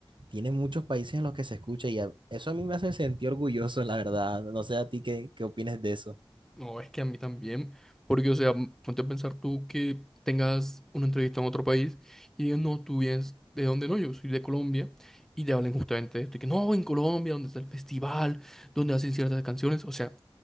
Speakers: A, on the right (about 55°); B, in the centre.
A: Tiene muchos países en los que se escucha y a- eso a mí me hace sentir orgulloso, la verdad. No sé a ti qué, qué opinas de eso.
B: No, es que a mí también, porque, o sea, m- ponte a pensar tú que tengas una entrevista en otro país y digas, no, tú vienes de dónde no, yo soy de Colombia, y te hablen justamente de esto, y que no, en Colombia, donde está el festival, donde hacen ciertas canciones, o sea,